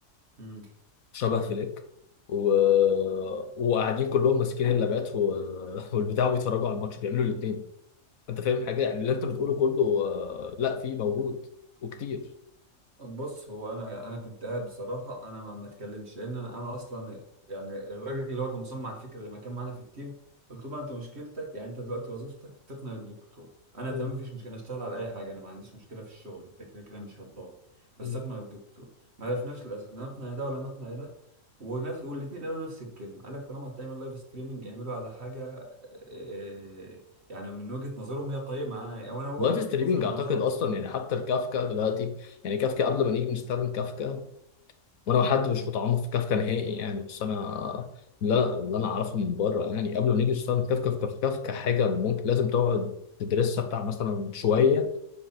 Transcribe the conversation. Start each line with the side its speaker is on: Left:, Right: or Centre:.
Right: آه.
Left: شبه فليك و... وقاعدين كلهم ماسكين اللابات و... <laughs> والبتاع بيتفرجوا على الماتش بيعملوا الاثنين انت فاهم حاجه يعني اللي انت بتقوله كله آه، لا في موجود وكتير
Right: بص هو انا انا كنت قاعد بصراحه انا ما, ما اتكلمش لان انا, أنا اصلا يعني الراجل اللي هو كان مصمم على الفكره اللي ما كان معانا في التيم قلت له بقى انت مشكلتك يعني انت دلوقتي وظيفتك تقنع الدكتور انا
Left: مم.
Right: تمام مفيش مشكله أنا اشتغل على اي حاجه انا ما عنديش مشكله في الشغل انت كده كده مش هتضاغط بس
Left: مم.
Right: اقنع الدكتور ما عرفناش للاسف لا نقنع ده ولا نقنع ده ونفس والاثنين قالوا نفس الكلمه قال لك طالما هتعمل لايف ستريمنج اعمله على حاجه آه، يعني من وجهه نظرهم هي قيمه انا وانا برضه
Left: لايف
Right: وجهه
Left: ستريمينج
Right: نظري
Left: اعتقد
Right: من نظرهم
Left: اصلا
Right: بصراحه
Left: يعني حتى الكافكا دلوقتي يعني كافكا قبل ما نيجي نستخدم كافكا وانا حد
Right: مم.
Left: مش متعمق في كافكا نهائي يعني بس انا لا اللي انا اعرفه من بره يعني قبل ما نيجي نشتغل كافكا في كافكا كافكا حاجه ممكن لازم تقعد تدرسها بتاع مثلا شويه